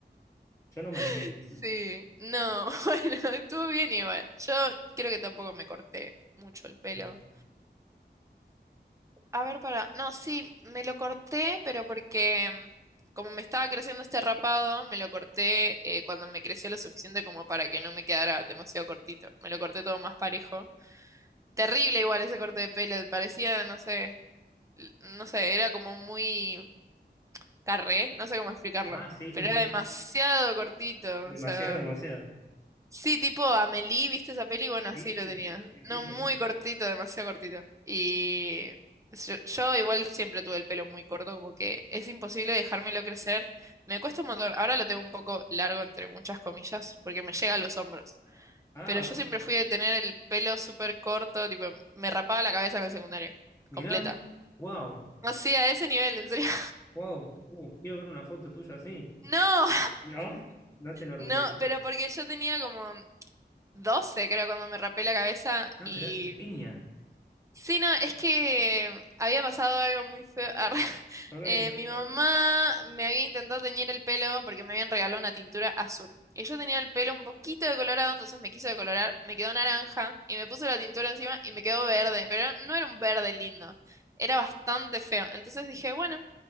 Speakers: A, on the left; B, on the right.
A: Yo no me animé,
B: <laughs> Sí, no, <laughs> bueno, estuvo bien igual. Yo creo que tampoco me corté mucho el pelo.
A: ¿no?
B: A ver, para. No, sí, me lo corté, pero porque mm, como me estaba creciendo este rapado, me lo corté eh, cuando me creció lo suficiente como para que no me quedara demasiado cortito. Me lo corté todo más parejo. Terrible igual ese corte de pelo, parecía, no sé, l- no sé, era como muy carré, no sé cómo explicarlo,
A: Ah, sí,
B: pero
A: sí, sí,
B: era demasiado cortito,
A: demasiado,
B: o sea.
A: demasiado.
B: Sí, tipo Amélie, ¿viste esa peli? Bueno, así
A: Sí,
B: lo tenía.
A: sí, sí,
B: No,
A: lo
B: muy
A: vi.
B: cortito, demasiado cortito. Y yo, yo igual siempre tuve el pelo muy corto, como que es imposible dejármelo crecer. Me cuesta un montón. Ahora lo tengo un poco largo, entre muchas comillas, porque me llega a los hombros.
A: Ah,
B: Pero yo
A: bueno,
B: siempre
A: bien.
B: fui de tener el pelo súper corto, tipo, me rapaba la cabeza en el secundario,
A: Mirá,
B: completa.
A: wow,
B: No, sí, a ese nivel, en serio. <laughs>
A: wow, uh, quiero ver una foto tuya así.
B: No,
A: ¿No? ¿No te enorgulleces?
B: no, pero porque yo tenía como 12 creo, cuando me rapé la cabeza
A: No,
B: y
A: esperá, te piña.
B: Sí, no, es que había pasado algo muy feo. <laughs> arre.
A: Ok,
B: Eh,
A: ok.
B: mi mamá me había intentado teñir el pelo porque me habían regalado una tintura azul. Y yo tenía el pelo un poquito decolorado, entonces me quiso decolorar, me quedó naranja y me puso la tintura encima y me quedó verde, pero no era un verde lindo, era bastante feo. Entonces dije, bueno,